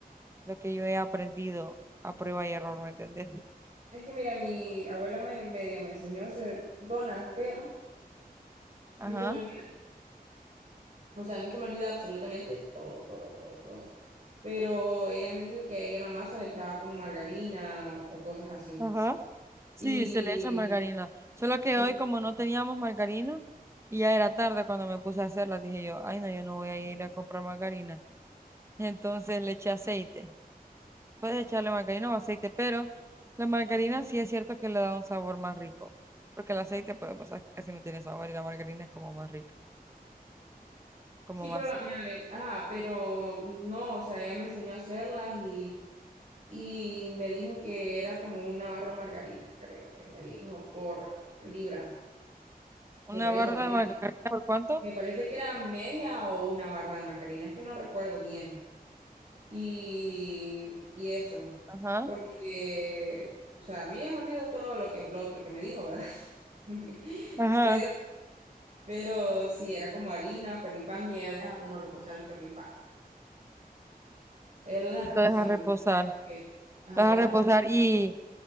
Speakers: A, on the right; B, on the right.
A: lo que yo he aprendido a prueba y error, ¿me entendés?
B: Es que mira, mi abuela me medio me enseñó a hacer donas, pero
A: Ajá.
B: a mí se me olvida. O sea, a mí se me olvida absolutamente todo, todo, todo, todo. Pero ella me dijo que ella en la masa le echaba como margarina o, o cosas así.
A: Ajá. Sí,
B: Y
A: se le echa Sí. margarina. Solo que
B: ah,
A: hoy como no teníamos margarina y ya era tarde cuando me puse a hacerla, dije yo, ay no, yo no voy a ir a comprar margarina. Entonces le eché aceite. Puedes echarle margarina o aceite, pero la margarina sí es cierto que le da un sabor más rico, porque el aceite puede pasar casi no tiene sabor y la margarina es como más rica, como
B: sí,
A: más.
B: pero la, mira, ve, ajá, pero no, o sea, ella me enseñó a hacerlas y, y me dijo que era como una barra de margarina, creo que me dijo, por libra, me
A: Una
B: parece,
A: barra
B: o media.
A: de margarina, ¿por cuánto?
B: Me parece que era media o una barra de margarina, es que no recuerdo bien. Y, y eso,
A: Ajá.
B: porque, o sea, a mí ya me olvidó todo lo que, lo otro que me dijo, ¿verdad? <laughs>
A: Ajá.
B: Pero, pero sí, era como harina, fermipan, y ella deja como reposar el fermipan. Ella lo deja
A: Sí,
B: reposando,
A: lo dejas reposar.
B: para que, ajá,
A: Lo dejas
B: lo deja
A: reposar
B: reposar.
A: y.